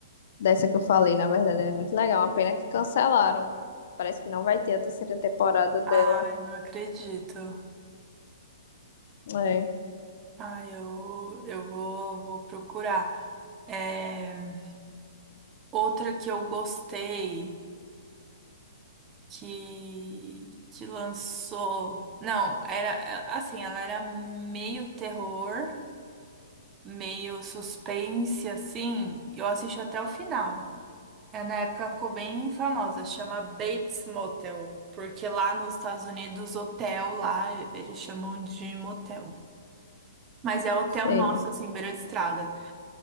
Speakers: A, on the left (about 50°); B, on the right (about 15°).
A: dessa que eu falei, na verdade, ela é muito legal. Uma pena que cancelaram. Parece que não vai ter a terceira temporada dela.
B: Ai, não acredito.
A: É,
B: Ai, eu, eu vou, vou procurar. É, outra que eu gostei que, que lançou. Não, era é, assim, ela era meio terror, meio suspense, assim. e Eu assisti até o final. É, na época ficou bem famosa, chama Bates Motel. Porque lá nos Estados Unidos, hotel lá, eles chamam de motel. Mas é hotel
A: sei.
B: nosso, assim, beira de estrada.